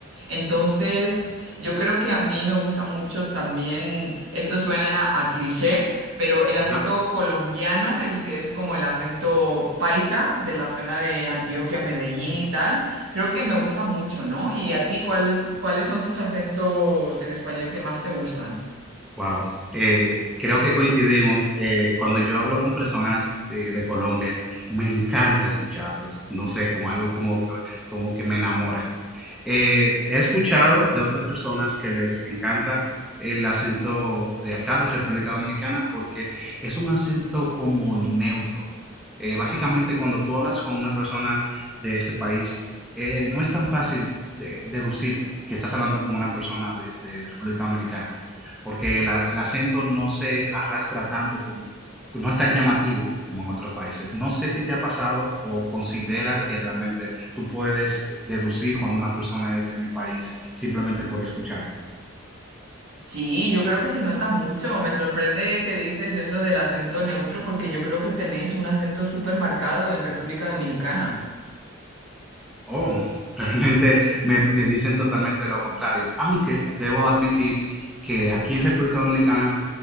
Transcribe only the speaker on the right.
Entonces... Yo creo que a mí me gusta mucho también, esto suena a cliché, pero el acento
colombiano, el que es como el acento paisa de la zona de Antioquia, Medellín y tal, creo que me gusta mucho, ¿no? ¿Y a ti cuál, cuáles son tus acentos en español que más te gustan?
Sí, yo creo que se nota mucho. Me sorprende que dices eso del acento neutro porque yo creo que tenéis un acento súper marcado en República Dominicana.